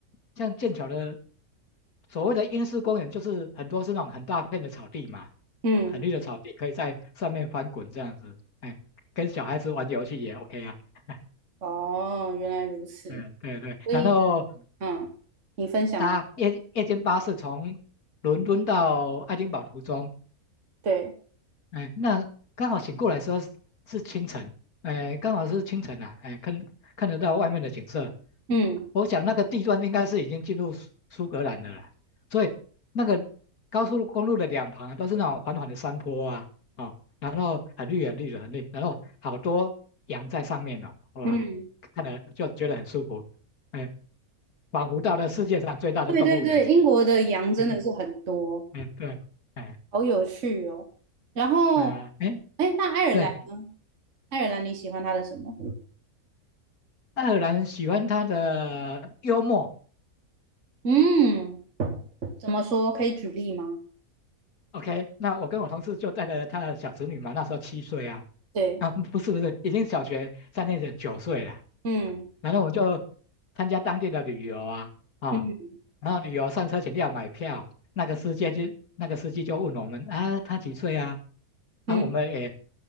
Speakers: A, on the left; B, on the right.
A: 像剑桥的所谓的英式公园，就是很多是那种很大片的草地嘛，
B: 嗯，
A: 很绿的草地，可以在上面翻滚这样子，哎，跟小孩子玩游戏也 OK 啊。<laughs>
B: 哦，原来如此。
A: 嗯，对对，
B: 所以，
A: 然后
B: 嗯，你分享，
A: 搭夜夜间巴士从伦敦到爱丁堡途中，
B: 对，
A: 哎，那刚好醒过来的时候是是清晨，哎，刚好是清晨啊，哎，看看得到外面的景色。
B: 嗯
A: 嗯，我想那个地段应该是已经进入苏苏格兰的了啦所以那个高速公路的两旁啊都是那种缓缓的山坡啊，哦，然后很绿很绿的很绿，然后好多羊在上面哦，哇，
B: 嗯，
A: 看了就觉得很舒服，哎，仿佛到了世界上最大的动物园。
B: 对对对，英国的羊真的是很多，
A: <laughs> 嗯，对，哎，
B: 好有趣哦。然后，
A: 对啊，哎，
B: 哎，那爱尔兰呢？
A: 对，
B: 爱尔兰你喜欢它的什么？
A: 爱尔兰喜欢他的幽默。
B: 嗯，怎么说？可以举例吗？
A: OK，那我跟我同事就带着他的小侄女嘛，那时候七岁啊，
B: 对，
A: 啊，不是不是，已经小学三年级，九岁了。
B: 嗯
A: 然后我们就参加当地的旅游啊，啊，
B: 嗯
A: 然后旅游上车前要买票，那个司机就那个司机就问我们啊，他几岁啊？啊，
B: 嗯
A: 我们也